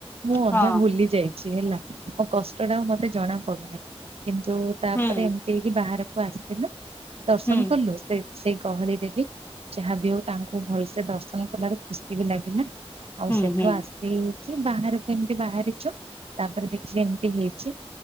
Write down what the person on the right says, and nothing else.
ମୁଁ ଅଧା
ଭୁଲି ଯାଇଛି ହେଲା ମୋ କଷ୍ଟ ଟା ଆଉ ମତେ ଜଣା ପଡୁନାହିଁ। କିନ୍ତୁ ତାପରେ
ଏମତି ହେଇକି ବାହାରକୁ ଆସିଥିଲୁ ଦର୍ଶନ
କଲୁ। ସେ ସେଇ ଗହଳି ରେ ବି ଯାହା ବିି ହଉ ତାଙ୍କୁ ଭଲସେ ଦର୍ଶନ କଲାରୁ ଖୁସି ବି ଲାଗିଲା ଆଉ
ସେଠୁ
ଆସ ସିକି ବାହାରକୁ ଏମତି ବାହାରିଛୁ ତାପରେ ଦେଖିଲି ଏମିତି ହେଇଛି